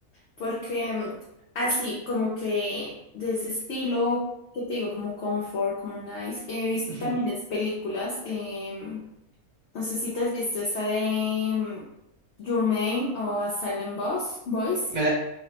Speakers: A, on the left; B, on the right.
A: Porque mm, así, como que de ese estilo, que te digo, como comfort, como nice, he visto
B: Ujú.
A: también es películas. em, no sé si te has visto esa de em, Your Name o A Silent Boss, Voice.
B: Me la-